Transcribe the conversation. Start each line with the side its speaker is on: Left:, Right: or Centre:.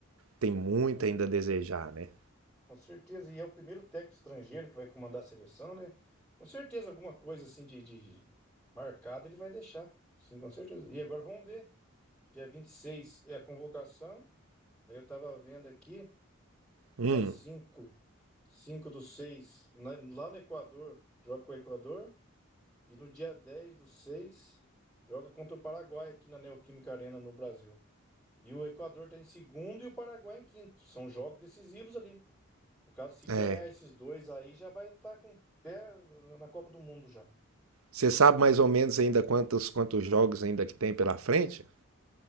Right: tem muito ainda a desejar, né?
Centre: Com certeza. E é o primeiro técnico estrangeiro que vai comandar a seleção, né? Com certeza, alguma coisa assim de, de marcado ele vai deixar. Sim, com certeza. E agora vamos ver. Dia 26 é a convocação. Aí eu tava vendo aqui.
Right: Hum,
Centre: Dia cinco, cinco do seis né? lá no Equador, joga com o Equador. E no dia 10 do 6 joga contra o Paraguai aqui na Neoquímica Arena no Brasil. E o Equador tá em segundo e o Paraguai em quinto. São jogos decisivos ali. No caso, se ganhar
Right: é.
Centre: esses dois aí, já vai estar com o pé na Copa do Mundo já.
Right: Você sabe mais ou menos ainda quantos quantos jogos ainda que tem pela frente?